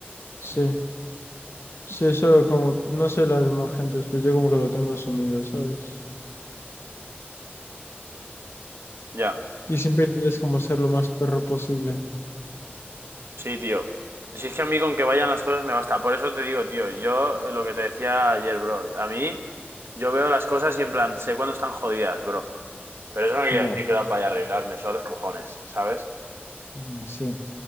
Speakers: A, on the left (about 90°); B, on the right (about 80°).
A: Sí, sí, eso como, no sé las demás gentes, pero yo como que lo tengo asumido, ¿sabes?
B: Ya,
A: Y siempre intentas como ser lo más perro posible.
B: sí, tío. Si es que a mí con que vayan las cosas me basta. Por eso te digo, tío, yo eh, lo que te decía ayer, bro. A mí, yo veo las cosas y en plan, sé cuándo están jodidas, bro. Pero eso no quiere
A: Ya,
B: decir que las vaya a arreglar, me suda los cojones, ¿sabes?
A: ya, sí,